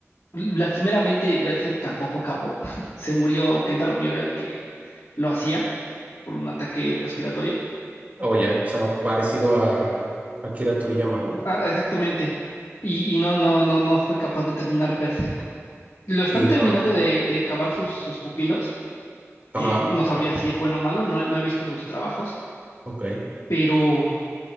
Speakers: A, on the left; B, on the right.
A: lastimeramente Berserk tampoco acabó. <laughs> Se murió Kentaro Miura, el que lo hacía por un ataque respiratorio.
B: o ya, o sea, parecido a Akira Toriyama, ¿no?
A: Ah, exactamente. Y, y no, no, no, no fue capaz de terminar Berserk. Lo están
B: Y
A: terminando
B: no,
A: de, de acabar sus, sus pupilos.
B: ajá,
A: Eh, no sabría si es bueno o malo, no, no he visto sus trabajos,
B: ok,
A: pero